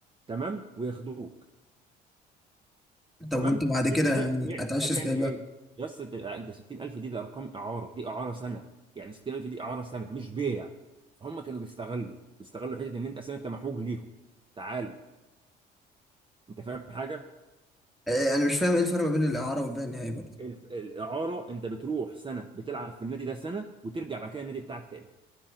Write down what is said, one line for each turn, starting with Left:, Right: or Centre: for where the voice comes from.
Right: تمام وياخدوك
Centre: طب
Right: تمام
Centre: وأنت بعد كده
Right: بيع نهائي
Centre: يعني
Right: بيع
Centre: هتعيش
Right: ده بيع
Centre: إزاي
Right: نهائي
Centre: بقى؟
Right: يا اسطى انت انت 60000 دي ده ارقام اعارة دي اعارة سنة يعني 60000 دي اعارة سنة مش بيع فهم كانوا بيستغلوا بيستغلوا حتة ان انت اصلا انت محوج ليهم تعالى انت فاهم حاجة
Centre: آه، أنا مش فاهم إيه الفرق ما بين الإعارة والباقي النهائي برضه
Right: الف- الإعارة أنت بتروح سنة بتلعب في النادي ده سنة وترجع بعد كده النادي بتاعك تاني